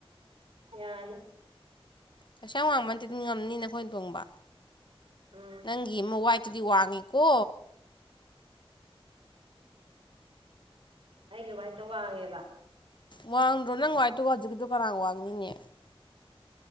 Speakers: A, on the right; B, on the left.
A: ꯌꯥꯔꯅꯤ
B: ꯀꯩꯁꯨꯌꯥꯝ ꯋꯥꯡꯕ ꯅꯇꯦ ꯑꯗꯨꯝ ꯉꯝꯅꯤꯅ ꯈꯣꯏꯅ ꯇꯣꯡꯕ
A: ꯎꯝ
B: ꯅꯪ ꯋꯥꯏꯠꯇꯨꯗꯤ ꯋꯥꯡꯉꯤꯀꯣ
A: ꯑꯩꯒꯤ ꯋꯥꯏꯠꯇ ꯋꯥꯡꯉꯦꯕ
B: ꯋꯥꯡꯗ꯭ꯔꯣ ꯅꯪ ꯋꯥꯏꯠꯇꯒ ꯍꯧꯖꯤꯛꯀꯤꯗꯨ ꯀꯔꯥꯡ ꯋꯥꯡꯅꯤꯡꯉꯦ